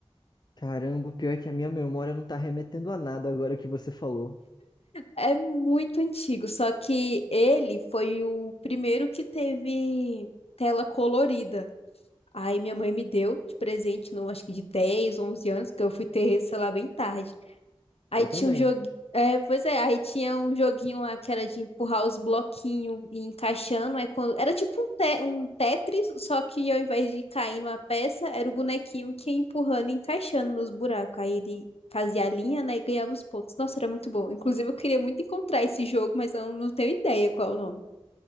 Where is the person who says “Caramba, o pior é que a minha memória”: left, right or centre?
Left